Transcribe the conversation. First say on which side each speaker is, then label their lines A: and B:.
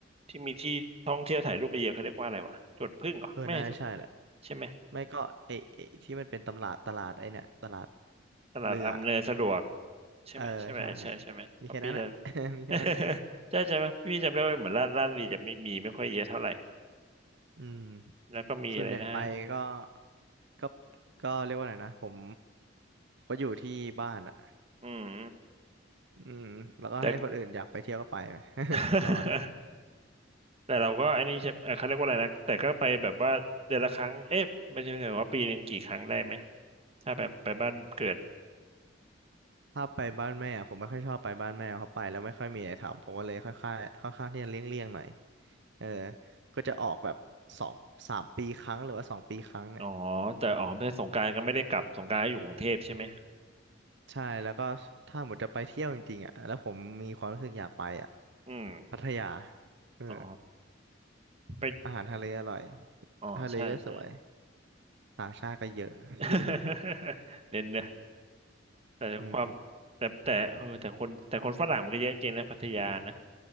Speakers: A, on the right; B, on the right.
A: ที่มีที่ท่องเที่ยวถ่ายรูปเยอะๆเขาเรียกว่าอะไรวะสวนผึ้งเหรอไม่ใช่สวน
B: เออน่าจะใช่แหละ
A: ใช่ไหม
B: ไม่ก็ไอ้ไอ้ที่มันเป็นตำลาดตลาดไอ้เนี่ยตลาด
A: ตลาดอำนวยสะดวก
B: เรือ
A: ใช่ไหมใช่ไหมใช่ใช่ไหมเพราะพี่จะ
B: เออใช่มีแค่นั้นแหละ <laughs> มีแค่นั้นแหละ
A: <laughs> ใช่ใช่ไหมพี่จำได้ว่าเหมือนราชราชบุรีจะไม่มีไม่ค่อยเยอะเท่าไหร่
B: อืม
A: แล้วก็มีอะไรนะ
B: ส่วนใหญ่ไปก็ก็ก็เรียกว่าไงนะผมก็อยู่ที่บ้านอ่ะ
A: อืม
B: อืมแล้วก็ให้คนอื่นอยากไปเที่ยวก็ไป
A: แต่
B: <laughs>
A: <laughs>
B: ร้อน
A: แต่เราก็อันนี้ใช่เอ่อเขาเรียกว่าอะไรนะแต่ก็ไปแบบว่าเดือนละครั้งเอ๊ะไม่ใช่ไม่ใช่ว่าปีหนึ่งกี่ครั้งได้ไหมถ้าแบบไปบ้านเกิด
B: ถ้าไปบ้านแม่อะผมไม่ค่อยชอบไปบ้านแม่เพราะไปแล้วไม่ค่อยมีอะไรทำผมก็เลยค่อยค่อยค่อนข้างที่จะเลี่ยงๆหน่อยเออก็จะออกแบบสองสามปีครั้งหรือว่าสองปีครั้งเนี่ย
A: อ๋อแต่อ๋อไปสงกรานต์ก็ไม่ได้กลับสงกรานต์ก็อยู่กรุงเทพใช่ไหม
B: ใช่แล้วก็ถ้าหมดจะไปเที่ยวจริงๆอ่ะแล้วผมมีความรู้สึกอยากไปอ่ะ
A: อืม
B: พัทยาเออ
A: อ๋อไป
B: อาหารทะเลอร่อย
A: อ๋อใช่ใช่
B: ทะเลก็สวยต่างชาติก็เยอะ <laughs>
A: <laughs> เน้นนะแต่ความแต่แต่เออแต่คนแต่คนฝรั่งมันก็เยอะจริงนะพัทยานะ
B: อืม